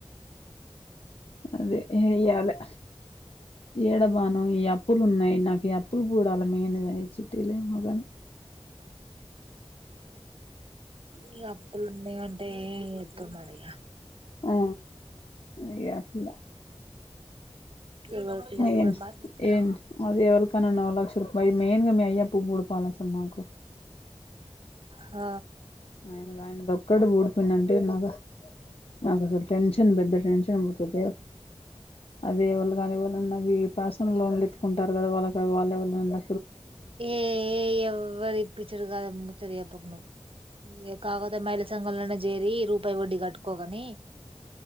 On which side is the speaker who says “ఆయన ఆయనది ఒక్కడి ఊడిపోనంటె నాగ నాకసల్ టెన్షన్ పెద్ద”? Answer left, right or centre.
Left